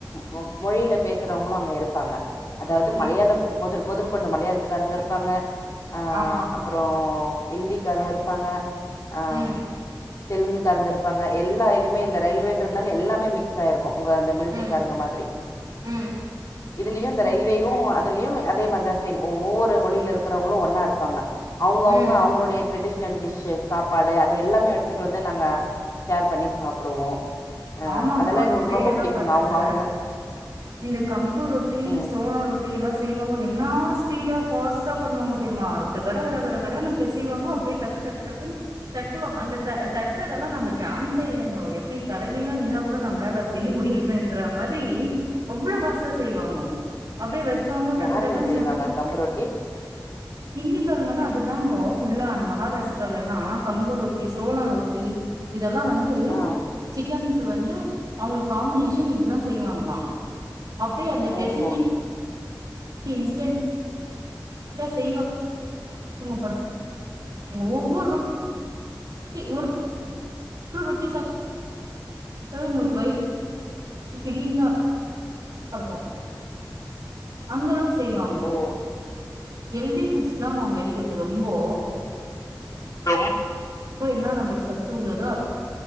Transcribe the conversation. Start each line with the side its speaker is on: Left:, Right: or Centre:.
Left: மொ-மொழியில பேசுறவங்களும் அங்க இருப்பாங்க அதாவது மலையாளம்
Right: ம்
Left: முத முதல் கொண்ட மலையாளத்துக்காரங்க இருப்பாங்க அஹ்
Right: ஆமா
Left: அப்புறம் இந்திக்காரங்க இருப்பாங்க ஆம்
Right: ம்
Left: தெலுங்குக்காரருங்க இருப்பாங்க எல்லா இதுவுமே இந்த ரயில்வேன்றந்தால எல்லாமே மிக்ஸ் ஆயிருக் ஒ உங்க அந்த மிலிட்ரிக்காரங்க
Right: ம்
Left: மாதிரி
Right: ம்
Left: இதுலயு இந்த ரயில்வேயு அதுலயு அதே மாரிதா சேம் ஒவ்வொரு மொழியில இருக்கிறவங்களும் ஒன்னா இருப்பாங்க அவுங்க-அவுங்க
Right: ம்
Left: அவங்களுடைய ட்ரெடிஷ்னல் டிஷ்ஷு சாப்பாடு அது எல்லாமே எடுத்துட்டு வந்து நாங்க ஷேர் பண்ணி சாப்பிடுவோ ஆ
Right: ஆமாங்கோ
Left: அதெல்லா
Right: அந்த
Left: எங்களுக்கு
Right: சைடு
Left: ரொம்ப
Right: எல்லா
Left: பிடிக்குங்க
Right: பாத்தாக்க
Left: அவங்க அவங்க
Right: இந்த கம்பு ரொட்டி
Left: ம்
Right: சோள ரொட்டி எல்லா செய்வாங்க என்னா ஸ்பீடா ஃபாஸ்டா பண்ணுவாங்க தெரியுமா கட-கட-கட கடகன்னு பெசிவாங்க அப்டியே டக்கு-டக்கு டக்குனு தட்டுவாங்க அந்த த-தட்றதெல்லாம் நம்ம சான்ஸே இல்லைங்கோ எப்டி தா தலைகீழா நின்னா கூட நம்ளால செய்ய முடியாதுன்ற மாதிரி அவ்ளோ ஃபாஸ்டா செய்வாங்கோ அப்டியே வைப்பாங்கோ டக்கு-டக்குன்னு
Left: யாருங்க செய்வாங்க
Right: சுட்டு
Left: கம்பு ரொட்டி
Right: ஹிந்திக்காரங்கல்லா அதுதாங்கோ ஃபுல்லா அந்த மகாராஷ்டிரால எல்லா கம்பு ரொட்டி சோள ரொட்டி இ இதெல்லா வந்து
Left: ஆ
Right: சிக்கனுக்கு வந்து அவங்களுக்கு காம்பினேஷன் இதுதா செய்வாங்களா அப்டே அந்த பெசிஞ்சி
Left: ஓஹோ
Right: இன்ஸ்டன்ட் <unintelligible> செய்வா <unintelligible> அங்க ஒவ்வொரு ரொ கி ஒரு ஒரு ரொட்டி சாப் இப்பவே உங்களுக்கு வயி ஃபில்லிங்கா <unintelligible> அந்த அளவுக்கு செய்வாங்கோ
Left: ஓ
Right: ஹெல்தி புட்ஸ் தான் அவங்க எடுக்கறது ரொம்போ
Left: அ
Right: இப்போ என்ன நம்ளுக்கு சத்து உள்ளதோ அது